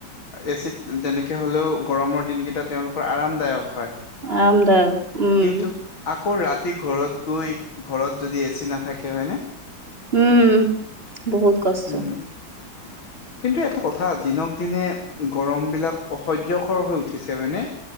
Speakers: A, on the left; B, on the right.
A: এ চিত যেনেক কে হ'লেও গৰমৰ দিনকেইটা তেওঁলোকৰ আৰামদায়ক হয়
B: আৰামদায়ক উম
A: কিন্তু আকৌ ৰাতি ঘৰত গৈ ঘৰত যদি এচি নাথাকে হয়নে
B: উম বহুত কষ্ট
A: উম কিন্তু এটা কথা দিনক দিনে গৰম বিলাক অসহ্যকৰ হৈ উঠিছে হয়নে